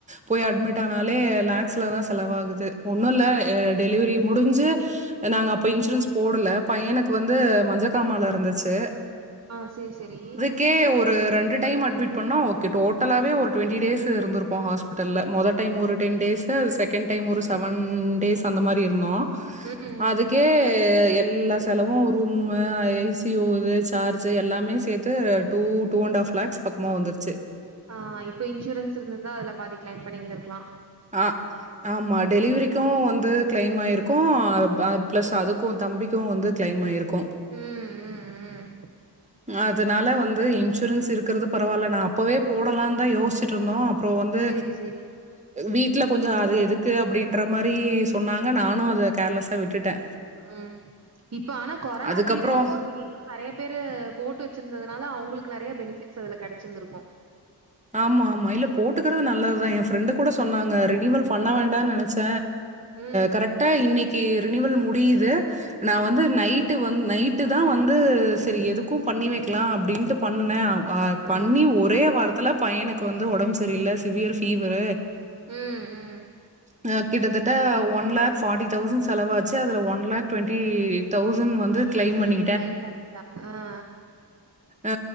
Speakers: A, on the right; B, on the right.
A: போய் அட்மிட் ஆனாலே லாக்ஸ்ல தா செலவாகுது ஒன்னு இல்ல
B: ம்.
A: டெலிவரி முடிஞ்சு நாங்க அப்ப இன்சூரன்ஸ் போடல பையனுக் னுக்கு வந்து மஞ்சக்காமால இருந்துச்சு
B: ஆ சேரி சேரி
A: கே ஒரு ரெண்டு டைம் அட்மிட் பண்ணோ ஓகே டோட்டலாவே ஒரு டுவெண்டி டேஸ் இருந்துருப்போ ஹாஸ் பிட்டல்ல மொத டைம் ஒரு டென் டேஸு அ செகண்ட் டைம் ஒரு செவன்
B: ம்.
A: டேஸ் அந்த மாரி இருந்தோ
B: ம்.
A: அதுக்கே எல்லாத் செலவு ரூம்மு ஏ சி ஓ இது சார்ஜு எல்லாமே சேத்து two two and half lakhs பக்மா வந்துருச்சு
B: ஆ இப்ப இன்சூரன்ஸ் இருந்துருந்தா அதுல பாதி கிளைம் பண்ணிருந்துருக்லா
A: ஆ ஆமா டெலிவரிக்கு வந்து கிளைம் ஆயிருக்கு ப்ளஸ் அதுக்கு தம்பிக்கு வந்து கிளைம் ஆயிருக்கு
B: ம் ம் ம்.
A: அதனால வந்து இன்சூரன்ஸ் இருக்குறது பரவாயில்ல நா அப்பவே போடலானு தா யோசிட்டு இருந்தோ அப்றோ வந்து
B: சரி சரி.
A: வீட்ல கொஞ்சோ அது எதுக்கு அப்டின்ற மாரி சொன்னாங்க நானு அத கேர்லஸ்ஸா விட்டுட்டே
B: ம் இப்ப ஆனா கொரோனா
A: அதுக்கப்புறம்
B: பீரியட் அப்போ எல்லா நெறையா பேரு போட்டு வச்சுருந்ததுனால அவுங்களுக்கு நெறையா பெனிஃபிட்ஸ் அதுல கெடச்சிருந்துருக்கு
A: ஆமா ஆமா இல்ல போட்டுக்குறது நல்லதுதா எ ஃப்ரெண்டு கூட சொன்னாங்க ரினீவல் பண்ண வேண்டானு நெனச் ச
B: ம்.
A: கரெக்டா இன்னைக்கு ரினிவல் முடியுது நா வந்து
B: அ,
A: நைட் டு வந்து நைட்டு தா வந்து சரி எதுக்கு பண்ணி வைக்கலா அப்டின்ட்டு பண்ணே அ பண்ணி
B: ஆ.
A: ஒரே வாரத்துல பையனுக்கு வந்து ஒடம்பு சரியல்ல சிவியர் ஃபீவரு
B: ம், ம்.
A: அ கிட்டத்தட்ட ஒன் லாக் ஃபார்ட்டி தௌசண்ட் செலவாச்சு அதுல ஒன் லாக் டுவெண்ட்டி தௌசண்ட் வந்து கிளைம் பண்ணி
B: கிளைம் பண்ணி <unintelligible> ஆ ஆ
A: ஆ